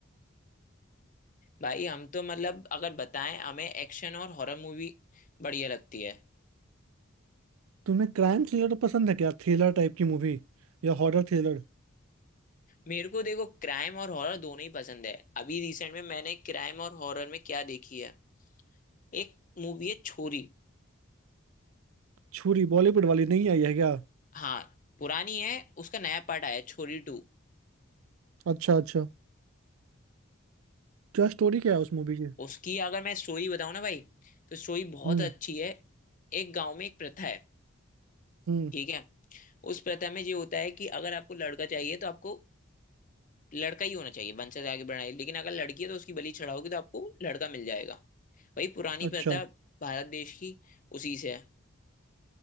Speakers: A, on the left (about 40°); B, on the right (about 85°).
A: भाई हम तो मतलब अगर बताएं हमें एक्शन और हॉरर मूवी बढ़िया लगती है
B: तुम्हें क्राइम थ्रिलर पसंद है क्या थ्रिलर टाइप की मूवी या हॉरर थ्रिलर
A: मेरे को देखो क्राइम और हॉरर दोनों ही पसंद है अभी रिसेंट में मैंने क्राइम और हॉरर में क्या देखी है एक मूवी है छोरी
B: छुरी बॉलीवुड वाली नहीं आई है क्या
A: हाँ पुरानी है उसका नया पार्ट आया है, छोरी टू
B: अच्छा अच्छा क्या स्टोरी क्या है उस मूवी की
A: उसकी अगर मैं स्टोरी बताऊं ना भाई तो स्टोरी बहुत
B: हम्म
A: अच्छी है एक गांव में एक प्रथा है
B: हम्म
A: ठीक है उस प्रथा में ये होता है कि अगर आपको लड़का चाहिए तो आपको लड़का ही होना चाहिए वंश से आगे बढ़ना है लेकिन अगर लड़की है तो उसकी बलि चढ़ाओगी तो आपको लड़का मिल जाएगा वही पुरानी
B: अच्छा
A: प्रथा भारत देश की उसी से है